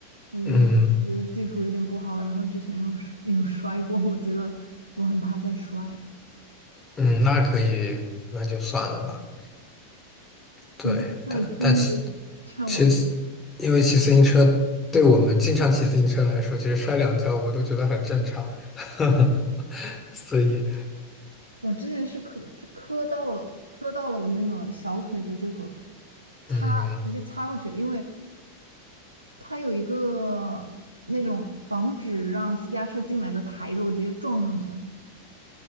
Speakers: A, on the right; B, on the left.
A: 我就觉得技术有点不好，
B: 嗯
A: 然后之前又摔又摔过，我觉得我很怕再摔。
B: 嗯，那可以，那就算了吧。对，
A: 你就这么轻易的
B: 但但骑骑，
A: 劝我
B: 因为骑自行车对我们经常骑自行车来说，其实摔两跤我们都觉得很正常。<laughs> 所以，
A: 我之前是磕磕到了，磕到了我那个小腿的这个擦，
B: 嗯，
A: 直接擦过去了因为它有一个那种防止让私家车进来的台子，我直接撞上去了。